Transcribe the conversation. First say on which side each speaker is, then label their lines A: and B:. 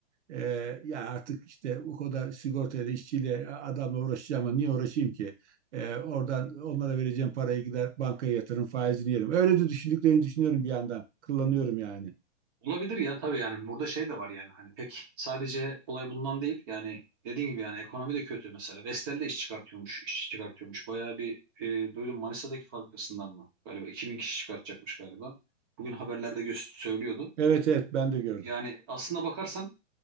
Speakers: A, on the right; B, on the right.
A: e, ya artık işte o kadar sigortayla, işçiyle, adamla uğraşacağım ama niye uğraşayım ki? E, oradan onlara vereceğim parayı gider bankaya yatırım faizini yerim. Öyle de düşündüklerini düşünüyorum bir yandan. Kullanıyorum yani.
B: Olabilir ya tabii yani burada şey de var yani hani pek sadece olay bundan değil yani dediğin gibi yani ekonomi de kötü mesela. Vestel de iş çıkartıyormuş, iş çıkartıyormuş. Bayağı bir e, duydum Manisa'daki fabrikasından mı? Galiba 2000 kişi çıkartacakmış galiba. Bugün haberlerde gö- söylüyordu.
A: Evet evet ben de gördüm.
B: Yani aslında bakarsan